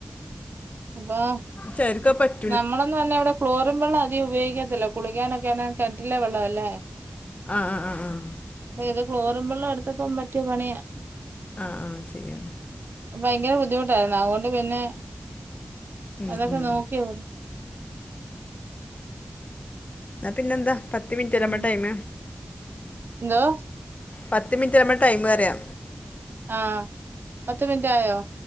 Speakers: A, on the right; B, on the left.
A: വാഹ്
B: സെര്ക് പറ്റ്
A: നമ്മളന്ന വന്നെ ഇവിടെ ക്ലോറിം വെള്ളം അധികം ഉപയോഗിക്കത്തില്ല കുളിക്കാനൊക്കെ കെൻറ്റിലെ വെള്ളം അല്ലേ
B: ആഹ് ആഹ് ആഹ് ആഹ്
A: ഇത് ക്ലോറിൻ വെള്ളം എടുത്തപ്പം പറ്റിയ പണിയാ
B: ആഹ് ആഹ് ശരിയാണ്
A: ഭയങ്കര ബുദ്ധിമുട്ടായിരുന്നു അതുകൊണ്ട് പിന്നെ
B: ഉം
A: അതൊക്കെ
B: ഉം
A: നോക്കിയോ
B: ന്നാ പിന്നെന്താ പത്ത് മിനിറ്റ് അല്ലെ
A: ഉം
B: നമ്മടെ ടൈം
A: എന്തോ
B: പത്ത് മിനിറ്റല്ലെ നമ്മ ടൈമ് പറയാ
A: ആഹ് പത്ത് മിനിറ്റ് ആയോ